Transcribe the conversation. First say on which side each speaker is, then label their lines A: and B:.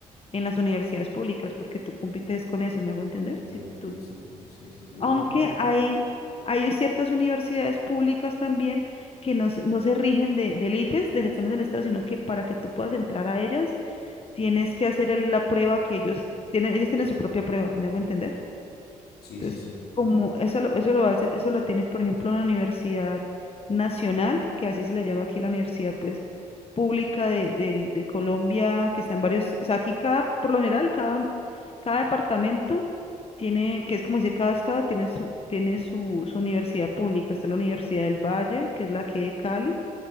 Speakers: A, on the left; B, on the left.
A: en las universidades públicas, porque tú compites con eso, ¿me hago entender?
B: Mm,
A: Si
B: Ok,
A: tú,
B: sí, sí, sí, sí. No,
A: aunque
B: aquí no.
A: hay, hay ciertas universidades públicas también que no, se- no se rigen de, del IFES, del examen del Estado, sino que para que tú puedas entrar a ellas, tienes que hacer el- la prueba que ellos tienen, ellos tienen su propia prueba, ¿me hago entender?
B: Sí,
A: Entonces,
B: sí, sí.
A: como eso lo, eso lo hace, eso lo tiene, por ejemplo, una Universidad Nacional, que así se le llama aquí la Universidad, pues, pública de, de, de Colombia, que está en varios, o sea, aquí cada, por lo general, cada, un- cada departamento tiene, que es como decir, cada estado tiene su, tiene su, su universidad pública. Está la Universidad del Valle, que es la aquí de Cali